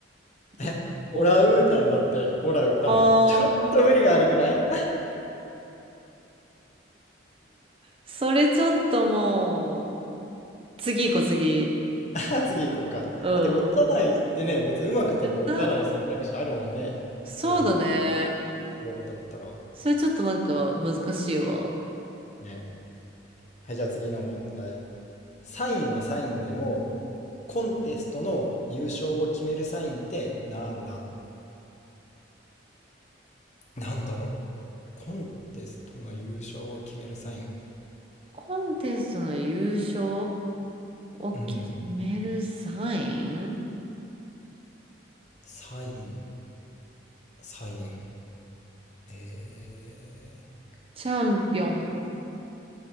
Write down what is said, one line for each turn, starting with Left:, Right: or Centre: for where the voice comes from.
Left: <laughs>
Right: 一応
Left: オランウータンだって、オラウタン。
Right: ああー、
Left: ちょっと無理が悪くない
Right: それちょっともう、次行こう、次。
Left: <laughs> 次行こうか。
Right: う
Left: あと、打たないってね、
Right: ん。
Left: 別に上手くても打たない選択肢あるもんね。
Right: 歌、そうだね。
Left: こう、ボールだったら。
Right: それちょっとなんか難しいわ。
Left: ね。はい、じゃあ次の問題。サインはサインでも、コンテストの優勝を決めるサインってなんだなんだろうコンテストの優勝を決めるサイン。
Right: コンテストの優勝を決めるサイン
Left: うん。サイン、サイン。え
Right: チャンピオン。